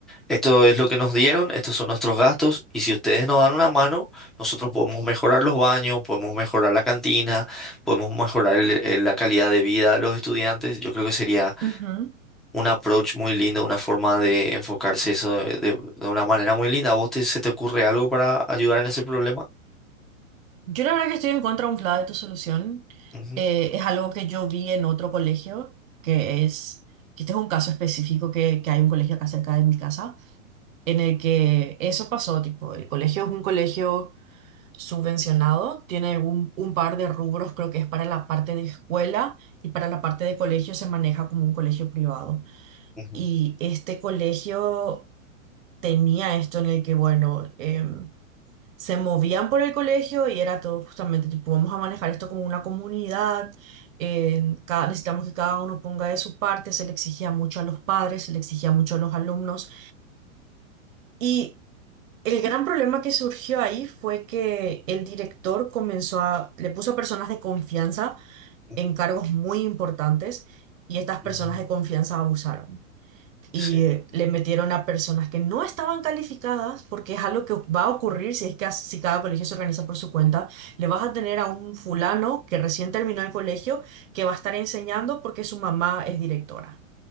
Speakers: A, in the centre; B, on the right (about 70°).
A: Esto es lo que nos dieron, estos son nuestros gastos y si ustedes nos dan una mano, nosotros podemos mejorar los baños, podemos mejorar la cantina, podemos mejorar el- el- la calidad de vida de los estudiantes. Yo creo que sería
B: Ujú.
A: un approach muy lindo, una forma de enfocarse eso de, de- de una manera muy linda. ¿A vos te- se te ocurre algo para ayudar en ese problema?
B: Yo la verdad que estoy en contra un de tu solución.
A: Ujú,
B: Eh, es algo que yo vi en otro colegio, que es, que este es un caso específico que, que hay un colegio acá cerca de mi casa en el que eso pasó, tipo, el colegio es un colegio subvencionado, tiene un, un par de rubros, creo que es para la parte de escuela y para la parte de colegio se maneja como un colegio privado.
A: ujú,
B: Y este colegio tenía esto en el que, bueno, em, se movían por el colegio y era todo justamente, tipo, vamos a manejar esto como una comunidad. em, cada- necesitamos que cada uno ponga de su parte, se le exigía mucho a los padres, se le exigía mucho a los alumnos. Y El gran problema que surgió ahí fue que el director comenzó a, le puso personas de confianza
A: ujú,
B: en cargos muy importantes y estas
A: ujú.
B: personas de confianza abusaron. Y
A: Sí.
B: eh, le metieron a personas que no estaban calificadas, porque es algo que va a ocurrir si es que as- si cada colegio se organiza por su cuenta. Le vas a tener a un fulano que recién terminó el colegio que va a estar enseñando porque su mamá es directora.